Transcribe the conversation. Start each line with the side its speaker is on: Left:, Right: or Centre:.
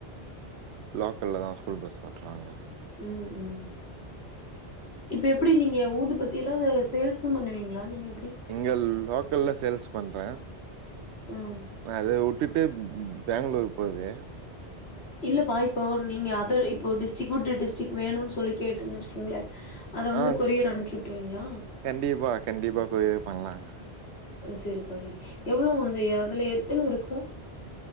Right: லோக்கல்லதா ஸ்கூல் பஸ் ஓட்றாங்கா
Left: ம் ம் இப்ப எப்டி நீங்க ஊது பத்தியெல்லா சேல்ஸ்ஸும் பண்ணுவீங்ளா நீங்க எப்டி
Right: இங்கள் லோக்கல்ல சேல்ஸ் பண்றே
Left: ம்
Right: அதவுட்டுட்டு பேங்ளூர் போகுது
Left: இல்லப்பா இப்போ நீங்க அதர் இப்போ டிஸ்டிக் உட்டு டிஸ்டிக் வேணூன் சொல்லி கேட்டம்னு வச்சிக்கோங்ளே அத வந்து
Right: ஆ
Left: கொரியர் அனுப்சி விட்ருவீங்ளா
Right: கண்டிப்பா கண்டிப்பா கொரியர் பண்லாங்க
Left: செரிப்பா செரி எவ்வளோ வந்து ஏ அதுல எத்தன இருக்கு